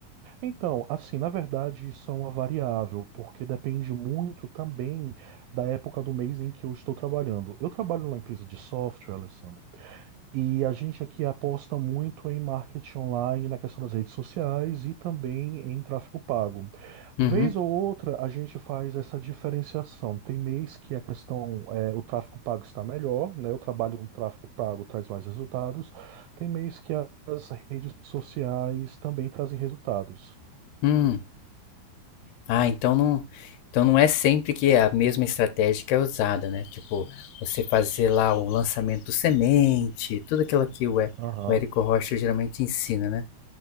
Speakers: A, on the right; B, on the left.
A: Então, assim, na verdade, isso é uma variável, porque depende muito também da época do mês em que eu estou trabalhando. Eu trabalho numa empresa de software, Alessandro, e a gente aqui aposta muito em marketing online, na questão das redes sociais e também em tráfego pago.
B: Uhum.
A: Vez ou outra, a gente faz essa diferenciação. Tem mês que a questão, é, o tráfego pago está melhor, né? O trabalho no tráfego pago traz mais resultados. Tem mês que as redes sociais também trazem resultados.
B: Hum. Ah, então não, então não é sempre que é a mesma estratégia que é usada, né? Tipo, você fazer lá o lançamento semente, tudo aquilo que o, E-
A: Aham,
B: o Érico Rocha geralmente ensina, né?